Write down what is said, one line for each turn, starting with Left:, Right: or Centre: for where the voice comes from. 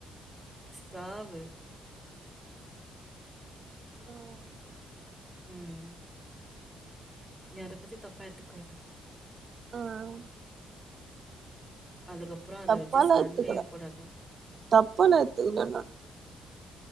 Centre: சாவு
Right: ஆ ம்
Centre: ம் நீ அத பத்தி தப்பா எத்துக்காத
Right: ம்
Centre: அதுக்கப்றோ அத
Right: தப்பாலா
Centre: வச்சு சண்டயு
Right: எத்துக்கல
Centre: போடாத
Right: தப்பாலா எத்துக்கல நா